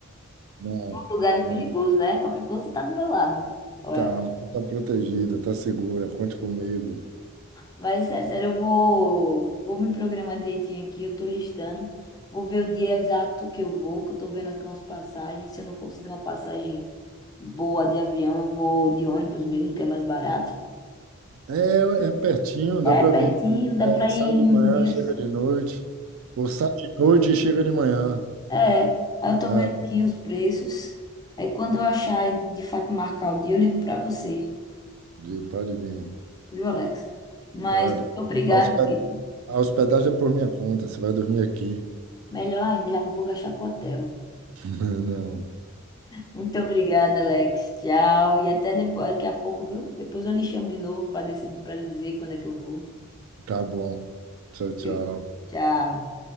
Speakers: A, on the right (about 75°); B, on the left (about 20°).
A: Não,
B: lugar
A: não.
B: perigoso, né? Qualquer coisa você tá do meu lado. Olha.
A: Tá, você está protegida, está segura, conte comigo.
B: Mas é sério, eu vou, vou me programar direitinho aqui, eu tô listando. Vou ver o dia exato que eu vou, que eu tô vendo aqui umas passagens. Se eu não conseguir uma passagem boa de avião, eu vou de ônibus mesmo, que é mais barato.
A: É, é pertinho, dá
B: É
A: para
B: pertinho,
A: vir.
B: dá
A: né?
B: pra
A: Sai
B: ir em
A: de manhã,
B: dias.
A: chega de noite. Ou sai de noite e chega de manhã.
B: É, aí eu tô
A: É,
B: vendo aqui os preços. Aí quando eu achar e de fato marcar o dia, eu ligo pra você,
A: de- pode vir,
B: viu, Alex? Mas
A: pode.
B: muito obrigado,
A: A hosped-
B: meu querido.
A: a hospedagem é por minha conta, você vai dormir aqui.
B: Melhor ainda, já não vou gastar com hotel.
A: Não.
B: Muito obrigada, Alex. Tchau. E até depois, daqui a pouco, viu? Depois eu lhe chamo de novo para decidir, para lhe dizer quando é que eu vou,
A: Tá bom. Tchau, tchau.
B: viu? Tchau.